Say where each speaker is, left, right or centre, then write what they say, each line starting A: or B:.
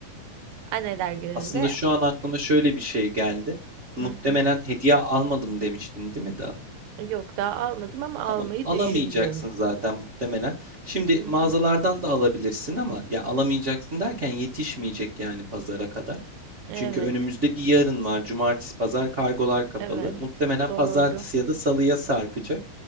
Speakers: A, on the right (about 80°); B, on the right (about 65°).
A: Anneler gününde
B: Aslında şu an aklıma şöyle bir şey geldi. Muhtemelen
A: Hı hı.
B: hediye almadım demiştin, değil mi daha?
A: yok daha almadım ama almayı
B: Tamam alamayacaksın
A: düşündüm.
B: zaten muhtemelen. Şimdi
A: Hı
B: mağazalardan
A: hı.
B: da alabilirsin ama ya alamayacaksın derken yetişmeyecek yani pazara kadar.
A: Evet.
B: Çünkü önümüzde bir yarın var. Cumartesi, pazar kargolar kapalı.
A: Evet.
B: Muhtemelen
A: Doğru.
B: pazartesi ya da salıya sarkacak.